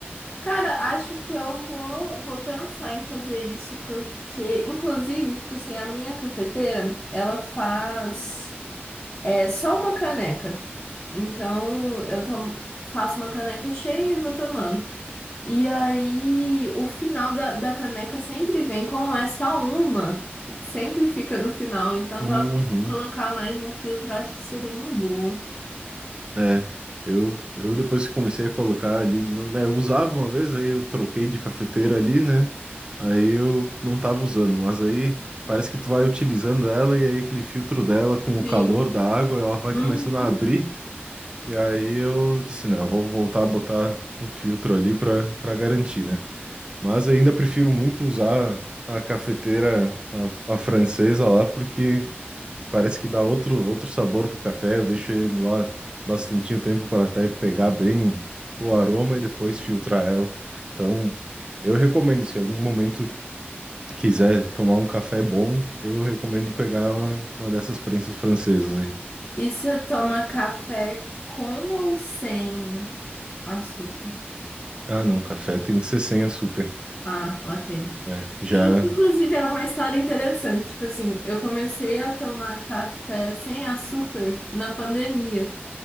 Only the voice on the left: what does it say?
Cara, acho que eu vou, vou pensar em fazer isso, porque, inclusive, tipo assim, a minha cafeteira, ela faz é, só uma caneca. Então, eu tomo, faço uma caneca cheia e vou tomando. E aí, o final da, da caneca sempre vem como é só uma, sempre fica no final. Então,
talvez se eu colocar mais um filtro, acho que seria uma boa.
Sim.
Uhum.
E você toma café com ou sem açúcar?
Ah, ok.
Inclusive, é uma história interessante. Tipo assim, eu comecei a tomar café sem açúcar na pandemia.